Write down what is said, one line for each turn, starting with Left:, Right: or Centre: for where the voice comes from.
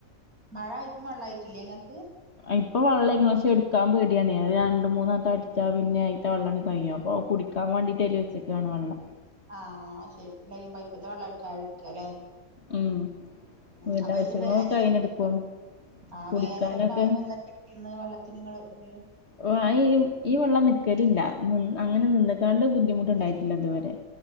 Right: മഴ ആയിട്ടും വെള്ളായിട്ടില്ലേ ഇങ്ങക്ക്
Left: ഇപ്പം വെള്ളം ആയിക്ക്ണ് പഷെ എടുക്കാൻപേടിയാണ് അത് രണ്ട് മൂന്ന് വെട്ടം അടിച്ചാ പിന്നെ അയിത്ത വെള്ളണ്ട് കഴിയും അപ്പ കുടിക്ക്‌ ക്കാൻ വേണ്ടിയിട്ട് അയിൽ വെച്ചെക്കയാണ് വെള്ളം
Right: ആഹ് അത്‌ ശെരി ലൈൻ പൈപ്പ്ത്തെ വെള്ളം ആയിക്കാരം ഇട്ക്കലെ
Left: ഉം
Right: ഉം
Left: വീട്ടാവശ്യങ്ങൾക്കൊക്കെ
Right: അപ്പ ഇജി വേനലക്ക്
Left: അയിന്നെടുക്കും
Right: ആഹ്
Left: കുടിക്കാനൊക്കെ
Right: വേനലൊക്കെ ആയപ്പോ ന്താ ചെയ്തീന്ന് വെള്ളത്തിന് ഇങ്ങള് ഉപയോ
Left: ഓഹ് അയി ഈ വെള്ളം നിക്കലില്ല അങ്ങനെ നിന്ന്ക്കാണ്ട് ബുദ്ധിമുട്ടുണ്ടായിട്ടില്ല ഇതുവരെ